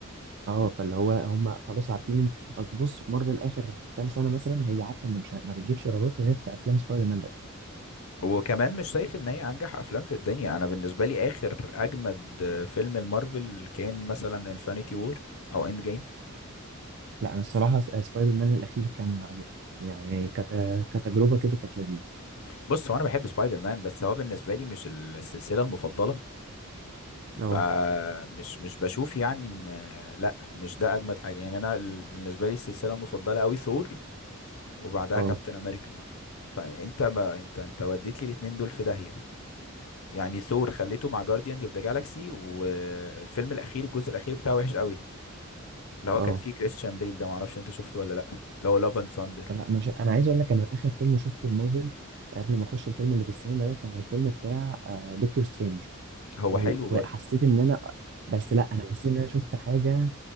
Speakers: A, on the right (about 55°); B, on the left (about 70°).
A: اه فاللي هو هم خلاص عارفين ان اصل بص مارفل اخر كام سنة مثلا هي عارفة ان مش ه- ما بتجيبش ايرادات غير في افلام سبايدر مان بس
B: وكمان مش شايف ان هي انجح افلام في الدنيا انا بالنسبه لي اخر اجمد فيلم المارفل كان مثلا انفينيتي وور او اند جيم
A: لا انا الصراحة س- آه، سبايدر مان الاخير كان عاجبني يعني كت... كتجربة كده كانت لذيذة
B: بص هو انا بحب سبايدر مان بس هو بالنسبه لي مش السلسله المفضله
A: اه
B: فمش مش بشوف يعني ان لا مش ده اجمد حاجه يعني انا ال- بالنسبه لي السلسله المفضله قوي ثور وبعدها
A: اه
B: كابتن امريكا فانت ما انت انت وديت لي الاتنين دول في داهيه يعني ثور خليته مع جارديانز اوف ذا جالاكسي والفيلم الاخير الجزء الاخير بتاعه وحش قوي اللي هو
A: اه
B: كان فيه كريستيان بيل ده معرفش انت شفته ولا لأ اللي هو لافن ساندر
A: لا مش انا عايز اقول لك انا اخر فيلم شفته مارفل قبل ما اخش الفيلم اللي في السينما ده كان الفيلم بتاع آه، دكتور سترينج
B: هو
A: و-
B: حلو برضه
A: وحسيت ان انا بس لا انا حسيت ان انا شفت حاجه